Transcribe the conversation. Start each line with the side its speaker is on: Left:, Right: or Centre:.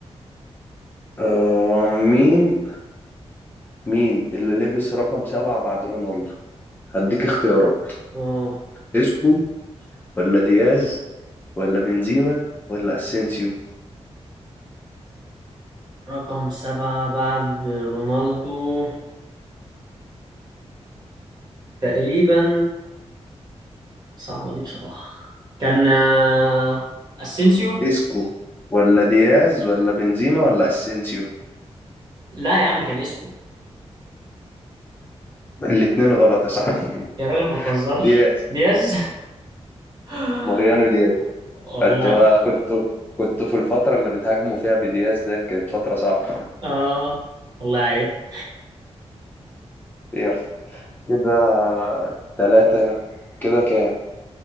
Left: آه، مين مين اللي لبس رقم سبعة بعد رونالدو هديك اختيارات
Right: اه
Left: اسكو ولا دياز ولا بنزيما ولا اسينسيو
Right: رقم سبعة بعد رونالدو تقريبا صعبة دي بصراحة كان آه، اسينسيو
Left: اسكو ولا دياز ولا بنزيما ولا اسينسيو
Right: لا يا عم كان اسكو
Left: الاتنين غلط يا صاحبي
Right: يا راجل ما تهزرش
Left: <laughs> دياز
Right: دياز <laughs>
Left: ماريانو
Right: والله
Left: كنت كنت كنت في الفترة اللي بتهاجموا فيها بدياز ده كانت فترة صعبة
Right: اه والله عيب
Left: يلا كده تلاتة كده كام